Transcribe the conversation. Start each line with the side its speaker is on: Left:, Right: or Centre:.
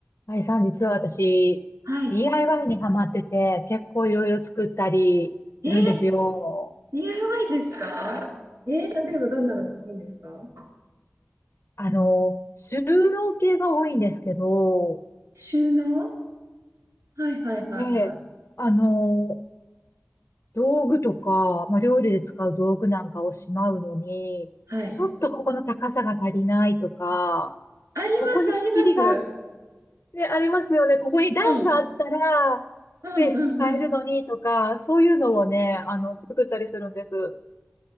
Left: あいさん、実は私、
Right: はい。
Left: DIY にハマってて、結構いろいろ作ったりするんですよ。
Right: えー、DIY ですか <laughs> えー、例えばどんなの作るんですか
Left: あの、収納系が多いんですけど、
Right: 収納はいはいはいはい。
Left: で、あの、道具とか、まあ、料理で使う道具なんかをしまうのに、
Right: はい。
Left: ちょっとここの高さが足りないとか、
Right: あります、
Left: ここに仕切りがあっ
Right: あります。
Left: てありますよね。ここに段があったら、
Right: うん。うんうんうん。
Left: スペース使えるのにとか、そういうのをね、あの、作ったりするんです。